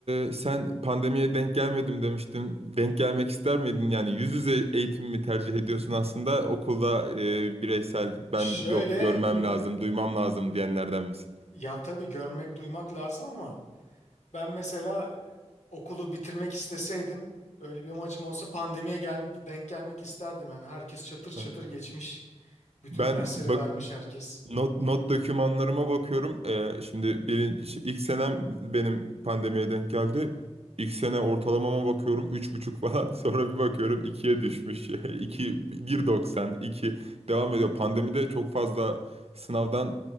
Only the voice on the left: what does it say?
Şöyle
ya tabii görmek, duymak lazım ama Ben mesela okulu bitirmek isteseydim öyle bir amacım olsa pandemiye gel denk gelmek isterdim. Yani herkes çatır çatır
geçmiş. Bütün
dersleri
vermiş herkes.